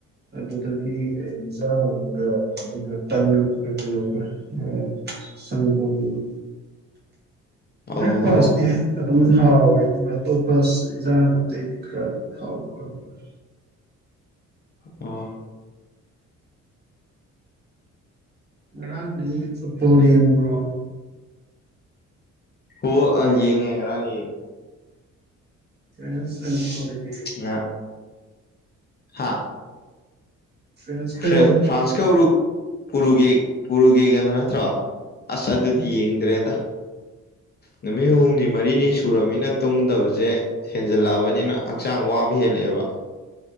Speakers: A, on the right (about 35°); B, on the left (about 35°).
A: ꯑꯗꯨꯗꯒꯤ ꯑꯦꯟꯖꯥꯡꯒ ꯑꯗꯨꯅ ꯇꯟ ꯀꯦꯅꯣꯒ ꯑꯥ ꯁꯒꯣꯝꯒ
B: ꯑꯣ
A: ꯕ꯭ꯔꯦꯛꯐꯥꯁꯇꯤ ꯑꯗꯨꯝ ꯍꯥꯎꯋꯤ ꯑꯗꯨꯃ ꯑꯇꯣꯞꯄꯁ ꯏꯟꯖꯥꯡ ꯑꯇꯩꯗꯤ ꯈ꯭ꯔ ꯍꯥꯎ ꯈꯥꯎꯈ꯭ꯔꯕ <unintelligible>
B: ꯑꯣ
A: ꯉꯔꯥꯡꯗꯤ ꯐꯠꯕꯣꯜ ꯌꯦꯡꯕ꯭ꯔꯣ
B: ꯐꯠꯕꯣꯜ ꯑꯪ ꯌꯦꯡꯉꯦ ꯉꯔꯥꯡ ꯌꯦꯡꯉꯦ
A: ꯐ꯭ꯔꯦꯟꯁ ꯑꯦꯟ ꯄꯥꯔꯨꯒ꯭ꯋꯦ
B: ꯉꯥ ꯍꯥ
A: ꯐ꯭ꯔꯦꯟꯁꯀ
B: ꯐ꯭ꯔꯦꯟ ꯐ꯭ꯔꯥꯟꯁꯀ ꯎꯔꯨ ꯎꯔꯨꯒꯦ ꯎꯔꯨꯒꯦꯒꯗꯣ ꯅꯠꯇ꯭ꯔꯣ ꯑꯁ ꯑꯗꯨꯗꯤ ꯌꯦꯡꯗ꯭ꯔꯦꯗ ꯅꯨꯃꯤꯠ ꯍꯨꯝꯅꯤ ꯃꯔꯤꯅꯤ ꯁꯨꯔꯕꯅꯤꯅ ꯇꯨꯝꯗꯕꯁꯦ ꯍꯦꯟꯖꯜꯂꯛꯑꯕꯅꯤꯅ ꯍꯛꯆꯥꯡ ꯋꯥꯕ ꯍꯦꯜꯂꯛꯑꯦꯕ